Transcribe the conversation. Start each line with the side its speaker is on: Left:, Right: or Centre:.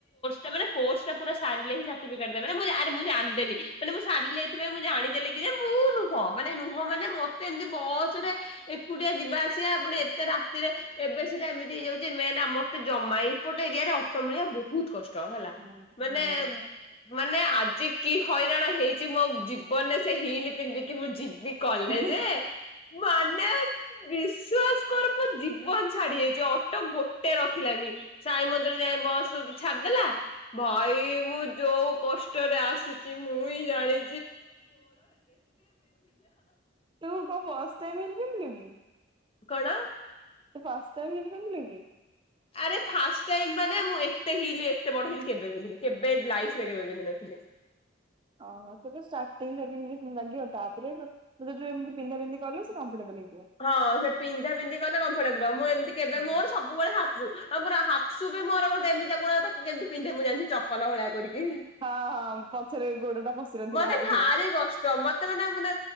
Left: ଟା ମାନେ କୋ ଟା ପୁର ସାରକିେଟାନେ ମୁଁ ଜାଣିଦେଲି ମାନେ ମୁଁ ସାରାଇଁ ମୁଁ ଜାଣିଦେଲି କି ଯେ ମୁଁ ନୁହଁ ମାନେ ନୁହଁ ମାନେ ମତେ ଏମିତି ବସ ରେ ଏକୁଟିଆ ଯିବା ଆସିବା ପଣି ଏତେ ରାତିରେ ଏବେ ସେଟା ଏମିତି ହେଇଯାଉଛି ମେନ ଆମ େ ଜମା ଏପଟ ଏରିଆରେ ଅର୍ଟ ମିଳିବା ବହୁତ କଷ୍ଟ କଷ୍ଟ ହେଲା
Right: ହୁଁ
Left: ମାନେ
Right: ହୁଁ।
Left: ମାନେ ଆଜି କି ହଇରାଣ ହେଇଛି ମୋ ଜୀବନରେ ସେ ହିଲ ପିନ୍ଧିକି ମୁଁ ଯିବି କଲେଜ
Right: ତୁ
Left: ମାନେ ବିଶ୍ଵାସ କର ଜୀବନ ଛାଡି ଯାଇଛି ଅଟୋ ଗୋଟେ ରଖ ଦେଖିଲାନି ସାଇ ମନ୍ଦିର ଯାଇଏ ବସ ଛାଡିଦେଲା ଭାଇ ମୁଁ ଯୋଉ କଷ୍ଟରେ ଆସୁଛି ମୁଁ ବି ଜାଣି
Right: ତୁ କ ବସ୍ାରେ ମିରିବନ ନି
Left: କଣ?
Right: ତ ପାସ୍ତା ବି ନ ମଙ୍ଗିଲି
Left: ଆରେ ଫ ମାନେ ମୁଁ ଏତେ ହ ଏତେ ବ କେବେ ପନ୍ଧି କେବେ ଲାଇରେ କେବେନ୍ଧ ନଥିଲେ।
Right: ଓହୋ ା ଲାଗିବ ତାପରେ ତ ଯି ପିନ୍ଧା ପିଧିିବୁ ସେ କଫର୍ଟେବଲ ହେଇିବ
Left: ହଁ ସେ ପିନ୍ଧା ପିନ୍ଧି କଲେ କମ୍ଫର୍ଟେବୁଲ ମୁଁ ଏମିତି କେବେ
Right: ହୁଁ
Left: ମୋର ସବୁବେଳେ ହାୁ ଆ ମ ସୁୁବେ ମୋର ଗୋଟେ ଏମିତି କଣ ତାକୁ କେିତି ପିନ୍ଧ ମୁଁାଣିଛି ଚପଲ ଭଳିଆିକି
Right: ହଁ ହଁ ପଛରେ ଗୋଡ ଟା ପଶିନଥିବ
Left: ମତେ
Right: ବାହାରେ
Left: ଭାରି
Right: ଥିବ।
Left: କଷ୍ଟ ମତେ ମାନେ ମାନେ